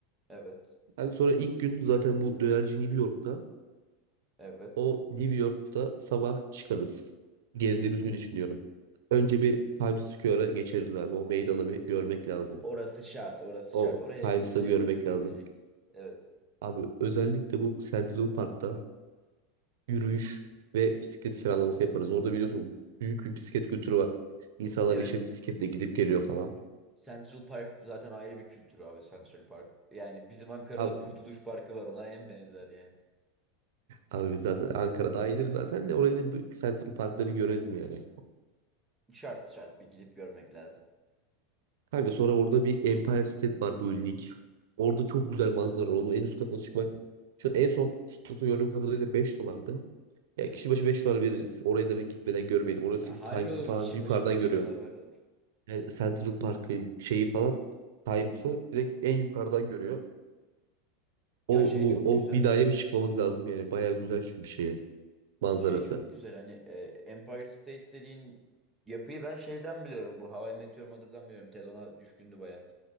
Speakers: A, in the centre; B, on the right.
A: Evet.
B: Kanka sonra ilk gün zaten bu dönerci New York'ta.
A: Evet.
B: O New York'ta sabah çıkarız. Gezdiğimiz gün için diyorum. Önce bir Times Square'a geçeriz abi. O meydanı bir görmek lazım.
A: Orası şart, orası
B: O
A: şart. Oraya
B: Times'ı
A: gidilecek,
B: bir görmek
A: orası görülecek.
B: lazım.
A: Evet.
B: Abi özellikle bu Central Park'ta yürüyüş ve bisiklet kiralaması yaparız. Orada biliyorsun büyük bir bisiklet kültürü var. İnsanlar
A: Evet.
B: işe bisikletle gidip geliyor falan.
A: Central Park zaten ayrı bir kültür abi Central Park. Yani bizim Ankara'da
B: Abi,
A: Kurtuluş Parkı var ona en benzer yani.
B: abi biz zaten Ankara dahildir zaten de orayı da bir Central Park'ta bir görelim yani.
A: Şart şart bir gidip görmek lazım.
B: Kanka sonra orada bir Empire State var bölümlük. Orada çok güzel manzara var. Onun en üst katına çıkmak. Şu an en son TikTok'ta gördüğüm kadarıyla 5 dolardı. Yani kişi başı 5 dolar veririz. Orayı da bir gitmeden görmeyelim. Orada çünkü
A: Ya hallolur
B: Times'ı falan
A: kişi
B: yukarıdan
A: başı 5
B: görüyor.
A: dolar hallolur.
B: Yani Central Park'ı şeyi falan Times'ı direkt en yukarıdan görüyor. O
A: Ya şey
B: bu
A: çok
B: o
A: güzel.
B: binaya bir çıkmamız lazım yani. Baya güzel çünkü şeyi manzarası.
A: Şey çok güzel hani e, Empire State dediğin yapıyı ben şeyden biliyorum. Bu How I Met Your Mother'dan biliyorum. Ted ona düşkündü baya.